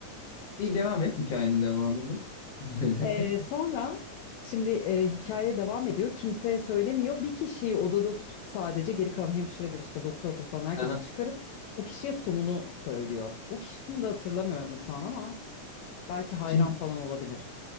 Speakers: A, on the left; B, on the left.
A: Bir devam et hikayenin devamını. <laughs>
B: Ee, sonra şimdi ee, hikaye devam ediyor. Kimseye söylemiyor. Bir kişiyi odada tutup sadece geri kalan hemşiredir işte doktordur falan herkesi
A: Aha.
B: çıkarıp o kişiye sonunu söylüyor. O kişi kimdi hatırlamıyorum şu an ama. Belki hayran
A: Şimdi
B: falan olabilir.